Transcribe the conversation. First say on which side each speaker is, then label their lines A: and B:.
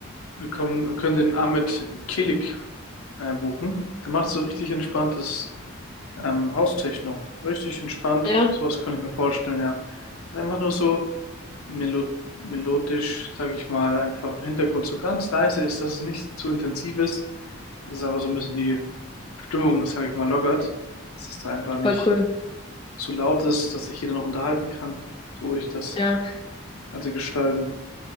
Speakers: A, on the left; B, on the left.
A: Wir kommen, wir können den Ahmed Kilik äh, buchen. Der macht so richtig entspanntes ähm, Haustechno. So richtig entspannt.
B: Ja,
A: Sowas kann ich mir vorstellen, ja. Einfach nur so melo melodisch, sage ich mal, einfach im Hintergrund so ganz leise ist, dass es nicht zu intensiv ist, dass es einfach so ein bisschen die Stimmung, sage ich mal, lockert, dass es da einfach nicht
B: voll cool.
A: zu laut ist, dass sich jeder noch unterhalten kann. So würde ich das
B: Ja.
A: Ganze gestalten.